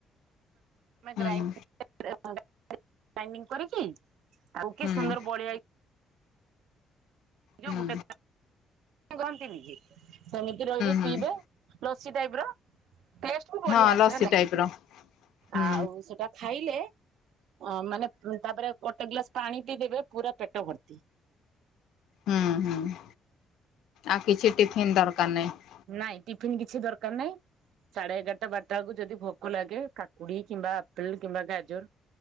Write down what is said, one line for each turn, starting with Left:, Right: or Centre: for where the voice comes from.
Left: ହୁଁ
Right: ଗ୍ରାଇଣ୍ଡିଙ୍ଗ
Left: ହୁଁ
Right: କରିକି ଆଉ କି
Left: ହୁଁ
Right: ସୁନ୍ଦର <unintelligible> ଯୋଉ
Left: ହୁଁ
Right: ଗୁଟେ କହନ୍ତିନିକି ସେମିତି ରହି ରହି
Left: ହୁଁ
Right: ପିଇବେ। ଲସି ଟାଇପର ଟେଷ୍ଟ ବି ବଢିଆ
Left: ହଁ ଲସି
Right: ଆସେ ହେଲାକି
Left: ଟାଇପ ର ହୁଁ
Right: ଆଉ ସେଟା ଖାଇଲେ ଅଁ ମାନେ ଉଁ ତାପରେ ଗୋଟେ ଗ୍ଲାସ ପାଣି ପିଇଦେବେ ପୁରା ପେଟ ଭର୍ତ୍ତି।
Left: ହୁଁ ହୁଁ ଆଉ କିଛି ଟିଫିନ୍ ଦରକାର ନାହିଁ।
Right: ନାଇଁ ଟିଫିିନ୍ କିଛି ଦରକାର ନାଇଁ। ସାଢେ ଏଗାରଟା ବାରଟା ବେଳକୁ ଯଦି ଭୋକ ଲାଗେ କାକୁଡି କିମ୍ବା ଆପେଲ କିମ୍ବା ଗାଜର